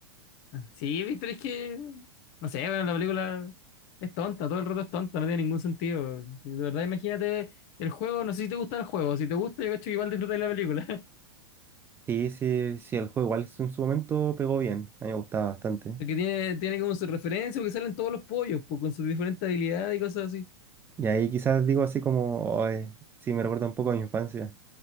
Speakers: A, on the left; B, on the right.
A: Sí, Víctor, es que, no sé, bueno, la película es tonta, todo el rato es tonta, no tiene ningún sentido. Y De verdad, imagínate el juego, no sé si te gusta el juego, si te gusta, yo cacho que igual disfrutas de la película. <laughs>
B: Sí, sí, sí, el juego igual en su momento pegó bien, a mí me gustaba bastante.
A: Porque tiene, tiene como su referencia, porque salen todos los pollos, pues, con sus diferentes habilidades y cosas así.
B: Y ahí quizás digo así como, "Oh, eh, sí, me recuerda un poco a mi infancia.